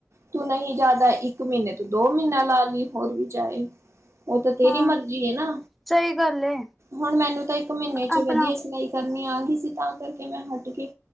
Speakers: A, on the right; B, in the centre.
A: ਤੂੰ ਨਹੀਂ ਜ਼ਿਆਦਾ ਇੱਕ ਮਹੀਨੇ ਤੂੰ ਦੋ ਮਹੀਨਾ ਲਾ ਲਈ ਹੋਰ ਵੀ ਜਾਏ। ਉਹ ਤਾਂ ਤੇਰੀ
B: ਹਾਂ
A: ਮਰਜੀ ਏ ਨਾ
B: ਸਹੀ ਗੱਲ ਏ
A: ਹੁਣ ਮੈਨੂੰ ਤਾਂ ਇੱਕ ਮਹੀਨੇ 'ਚ
B: ਆਪਣਾ
A: ਵਧੀਆ ਸਿਲਾਈ ਕਰਨੀ ਆ ਗਈ ਸੀ ਤਾਂ ਕਰਕੇ ਮੈਂ ਹਟ ਗਈ।